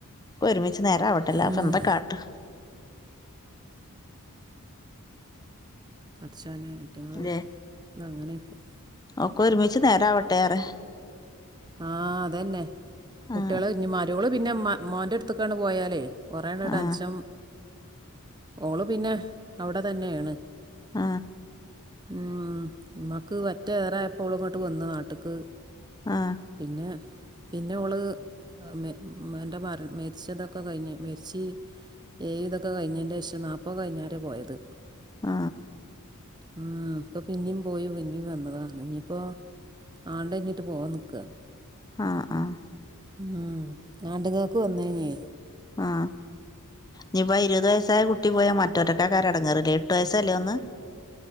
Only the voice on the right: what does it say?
ഉം.
പട്ച്ചോനെ ഇറ്റങ്ങളഅ്
തങ്ങനെക്കും
ആ അതന്നെ കുട്ട്യള്
ഞ് മരോള് പിന്നെ മ മൊൻ്റെട്ത്ത്ക്കണ്ട് പോയാലേ കുറെ ണ്ട്
ടെൻഷൻ ഓള് പിന്നെ അവടെ തന്നെണ്
ഉം ഇമ്മാക്ക് പറ്റേ റായപ്പോള്ങ്ങോട്ട് വന്ന് നാട്ട്ക്ക്
പിന്നെ പിന്നെ ഓള് മ്മെ മ്മാൻ്റെ മര് മരിച്ചതൊക്കെകഴിഞ് മെരിച്ച് ഏയ്തൊക്കെ കഴിഞ്ഞേന്റേഷം നാപ്പഅ് കഴിഞ്ഞാരെ പോയത്
ഉം പ്പൊ പിന്നിം പോയി പിന്നിം വന്നതാണ് ഞ്പ്പോ ആണ്ടൈഞ്ഞിട്ട് പോവാൻ നിക്ക
ഉം ആണ്ട്ങ്ങക്ക് വന്നയ് നി